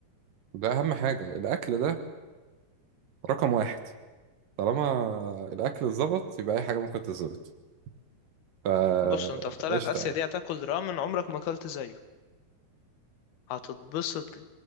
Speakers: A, on the right; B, on the left.
A: ده أهم حاجة الأكل ده رقم واحد طالما الأكل اتظبط يبقى أي حاجة ممكن تتظبط فا
B: بص انت في طلعت
A: قشطة
B: اسيا
A: يعني
B: دي هتاكل رامن عمرك ما اكلت زيه هتتبسط